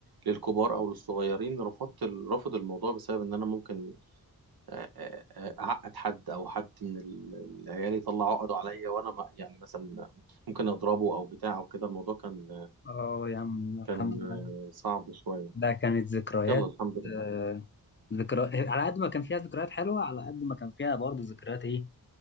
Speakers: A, on the right; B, on the left.
A: للكبار أو للصغيرين رفضت ال- رافض الموضوع بسبب إن أنا ممكن آه، آه، آه، أعقد حد أو حد من ال- العيال يطلع عقده عليا وأنا ما- يعني مثلا ممكن أضربه أو بتاع أو كده الموضوع كان
B: اه يا عم الحمد
A: كان
B: لله
A: آه، صعب شوية
B: ده كانت ذكريات
A: يلا الحمد
B: آه ذكرى على قد ما كان فيها ذكريات حلوة على قد ما كان فيها برضه ذكريات إيه